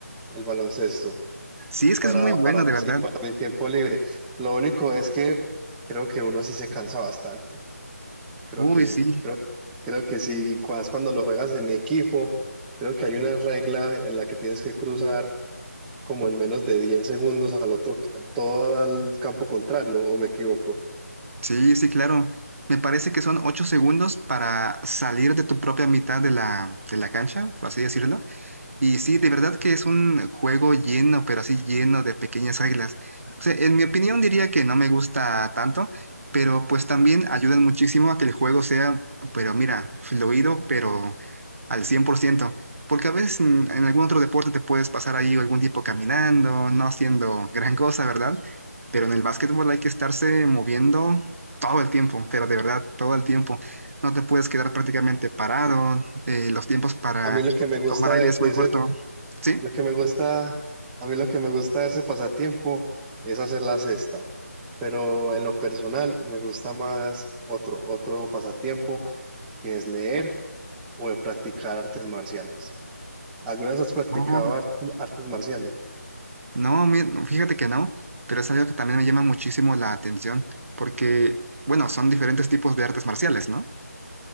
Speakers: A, in the centre; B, on the right.
A: el baloncesto
B: Sí, es
A: para,
B: que es muy bueno,
A: para,
B: de verdad.
A: sí, para mi tiempo libre. Lo único es que creo que uno sí se cansa bastante. Creo
B: Uy,
A: que,
B: sí,
A: creo, creo que sí, más cuando lo juegas en equipo, creo que hay una regla en la que tienes que cruzar como en menos de 10 segundos al otro, todo al campo contrario, ¿o me equivoco?
B: Sí, sí, claro. Me parece que son ocho segundos para salir de tu propia mitad de la, de la cancha, por así decirlo. Y sí, de verdad que es un juego lleno, pero así lleno de pequeñas reglas. O sea, en mi opinión diría que no me gusta tanto, pero pues también ayudan muchísimo a que el juego sea, pero mira, fluido, pero al cien por ciento Porque a veces en, en algún otro deporte te puedes pasar ahí algún tiempo caminando, no haciendo gran cosa, ¿verdad? Pero en el básquetbol hay que estarse moviendo todo el tiempo, pero de verdad, todo el tiempo. No te puedes quedar prácticamente parado. eh, los tiempos para
A: A mí lo que me gusta
B: Tomar aire
A: de,
B: es
A: de
B: muy
A: ese,
B: corto. ¿Sí?
A: Lo que me gusta, a mí lo que me gusta de ese pasatiempo es hacer la cesta, pero en lo personal me gusta más otro, otro pasatiempo que es leer o de practicar artes marciales. ¿Algunas has practicado
B: No,
A: ar- artes marciales?
B: no, mi- no, fíjate que no, pero es algo que también me llama muchísimo la atención porque, bueno, son diferentes tipos de artes marciales, ¿no?